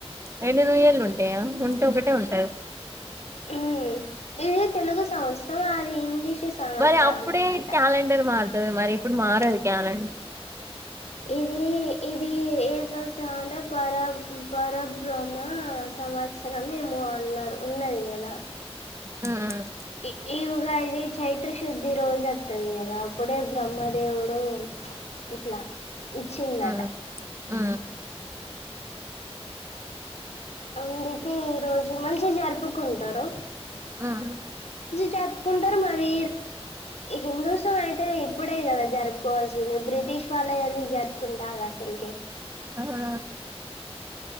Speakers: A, on the right (about 25°); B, on the left (about 85°).
A: రండు నూయ్యేళ్ళు ఉంటాయా ఉంటే ఒకటే ఉంటాది
B: మ్ ఇది తెలుగు సంవస్ ఆ అది ఇంగ్లీష్ సంవత్సరం
A: మరి అప్పుడే
B: అన్నమాట
A: క్యాలెండర్ మార్ త మరి ఇప్పుడు మారదు క్యాలెండ్
B: ఇది ఇది ఏం సంవత్సరం అంటే పర పరబ్రహ్మ సంవత్సరం ఏమో అన్నారు ఉన్నది కదా
A: మ్మ్
B: ఈ ఏ ఈ ఉగాది ఇది చైత్రశుద్ధి రోజు వస్తుది కదా అప్పుడే బ్రహ్మ దేవుడు ఇట్లా ఇచ్చిండట
A: హు హూ
B: అందుకే ఈ రోజ్ ఇవి మంచిగా జరుపుకుంటారు
A: ఉహు
B: జప్పుకుంటారు మరి హిందూస్ అయితే ఇప్పుడే కదా జరుపుకోవాల్సింది బ్రిటిష్ వాళ్ళ ఎందుకు జరుపుకుంటారు అసలకే
A: అవునా